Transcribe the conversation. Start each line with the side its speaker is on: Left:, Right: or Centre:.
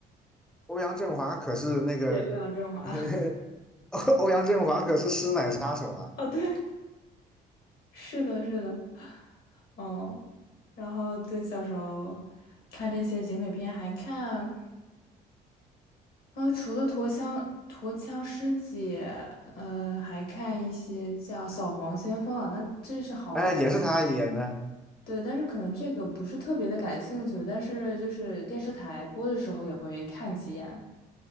Centre: 欧阳震华可是那个
Left: 对，欧阳震华。
Centre: <laughs>。<laughs> 欧阳震华可是师奶杀手啊！
Left: 哦，对，<laughs> 是的，是的，嗯，然后对，小时候看这些警匪片，还看，呃，除了陀枪陀枪师姐，呃，还看一些叫《扫黄先锋》啊，那这是好老，
Centre: 哎，也是他演的，
Left: 对，但是可能这个不是特别的感兴趣，但是就是电视台播的时候也会看几眼。